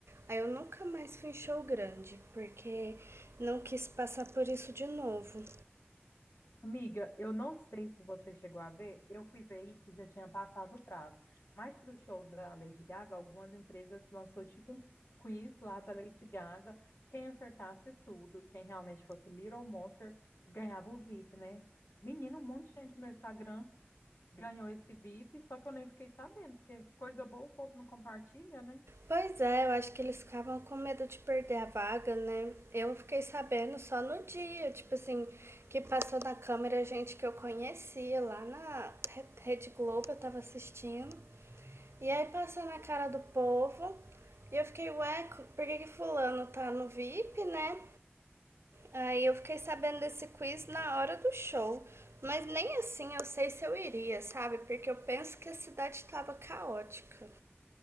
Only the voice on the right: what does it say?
Aí eu nunca mais fui em show grande, porque não quis passar por isso de novo.
Pois é, eu acho que eles ficavam com medo de perder a vaga, né? Eu fiquei sabendo só no dia, tipo assim, que passou na câmera gente que eu conhecia lá na Re- Rede Globo, eu tava assistindo. E aí passou na cara do povo e eu fiquei, ué, por que, que fulano tá no VIP, né? Aí eu fiquei sabendo desse quiz na hora do show. Mas nem assim eu sei se eu iria, sabe? Porque eu penso que a cidade tava caótica.